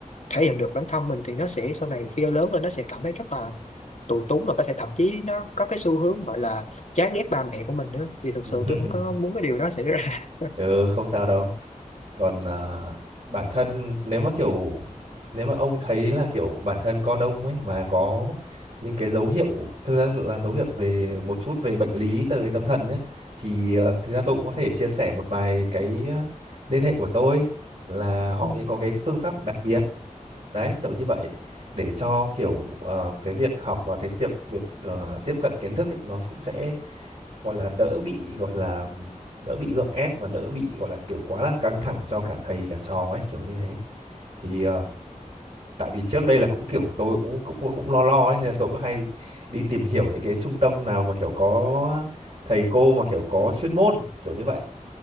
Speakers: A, on the left; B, on the right.
A: thể hiện được bản thân mình thì nó sẽ sau này khi nó lớn lên nó sẽ cảm thấy rất là tù túng và có thể thậm chí nó có cái xu hướng gọi là chán ghét ba mẹ của mình nữa vì thực
B: <laughs>
A: sự tôi không
B: Ừ.
A: có muốn cái điều đó xảy ra
B: Ừ, không sao đâu còn à, bản thân nếu mà kiểu nếu mà ông thấy là kiểu bản thân con ông ấy mà có những cái dấu hiệu thực ra là dấu hiệu về một chút về bệnh lý từ tâm thần ấy thì ờ, thực ra tôi cũng có thể chia sẻ một vài cái ờ, liên hệ của tôi là họ
A: Ừ,
B: những có cái phương pháp đặc biệt đấy kiểu như vậy để cho kiểu ờ, cái việc học và cái tiệp việc ờ, tiếp cận kiến thức ấy, nó cũng sẽ gọi là đỡ bị gọi là đỡ bị gượng ép và đỡ bị gọi là kiểu quá là căng thẳng cho cả thầy cả trò ấy kiểu như thế thì ờ, tại vì trước đây là cũng kiểu tôi cũng cũng cũng, cũng lo lo ấy nên là tôi cũng hay đi, đi tìm hiểu những cái trung tâm nào mà kiểu có thầy cô mà kiểu có chuyên môn kiểu như vậy